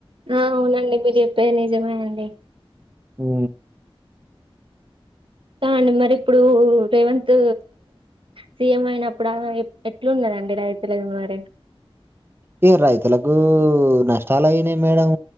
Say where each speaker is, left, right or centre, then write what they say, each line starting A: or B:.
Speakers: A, on the right; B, on the right.
A: ఆ అవునండి మీరు జెప్పేది నిజమే అండి
B: ఉ
A: దాని మరి ఇప్పుడు రేవంత్ సీఎం అయినప్పుడు ఆ ఎట్లున్నదండి రైతులకు మరి
B: ఇగ రైతులకు నష్టాలయినయి మేడం